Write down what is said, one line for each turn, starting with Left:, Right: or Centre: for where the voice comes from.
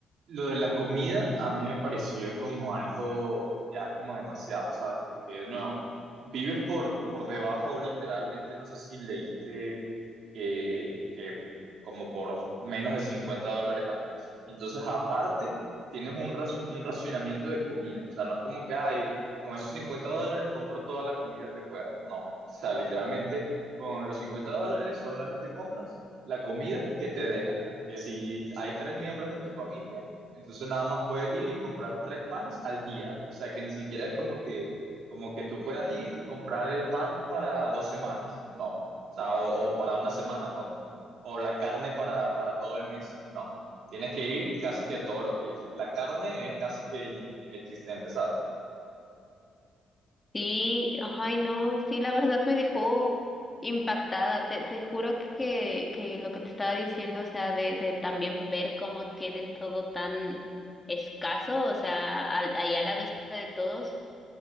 Right: Lo de la comida a mí me pareció como algo ya como demasiado, ¿sabes? Porque de nuevo, vives por, por debajo literalmente, no sé si leíste que, que como por menos de 50 dólares al mes. Y entonces aparte tienes un, ras- un racionamiento de comida, o sea, no es como que, ay, con esos 50 dólares compro toda la comida que pueda, no, o sea, literalmente con los 50 dólares solamente compras la comida que te deja que si hay tres miembros en tu familia, entonces nada más puedes ir y comprar tres panes al día. O sea que ni siquiera es como que, como que tú puedas ir y comprar el pan para dos semanas. No. O sea, o, o para una semana, ponte. O la carne para, para todo el mes. No. Tienes que ir casi que todos los días. Y la carne es casi que ine- inexistente, ¿sabes?
Left: Sí, ay no, sí, la verdad me dejó impactada. Te, te juro que, que lo que te estaba diciendo, o sea, de, de también ver cómo tienen todo tan escaso, o sea, al, ahí a la vista de todos,